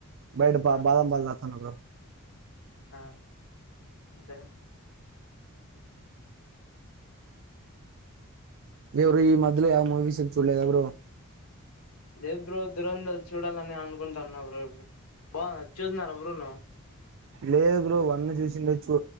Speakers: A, on the right; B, on the left.
A: బయట బా
B: ఆ
A: బదం పాలు తాగుతున్న బ్రో
B: ఆ అంటే
A: ఎవరు ఈ మధ్యలో ఏ మూవీస్ చూడలేదా బ్రో
B: లేదు బ్రో దురంధర్ చూడాలని అనుకుంటన్నా బ్రో ఎ బాగ చూసిన్నారా బ్రో నువ్వు
A: లేదు బ్రో వన్ చూసిందే లే చూ